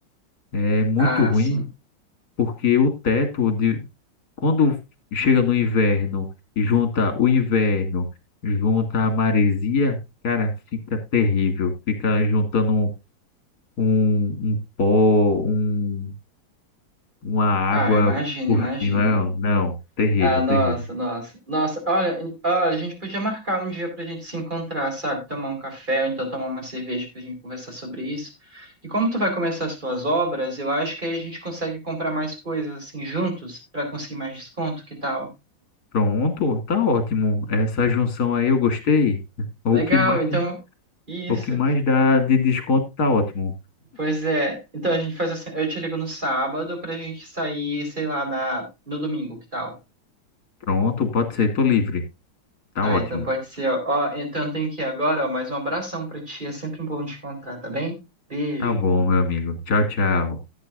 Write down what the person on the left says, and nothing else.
É muito
ruim,
porque o teto de, Quando chega no inverno e junta o inverno, junta a maresia, cara, fica terrível. Fica juntando um, um, um pó, um, uma água
por
cima. Não, terrível,
terrível.
Pronto, tá ótimo. Essa junção aí eu gostei. O
que mais,
o que mais dá de desconto tá ótimo.
Pronto, pode ser, tô livre. Tá
ótimo.
Tá bom, meu amigo. Tchau, tchau.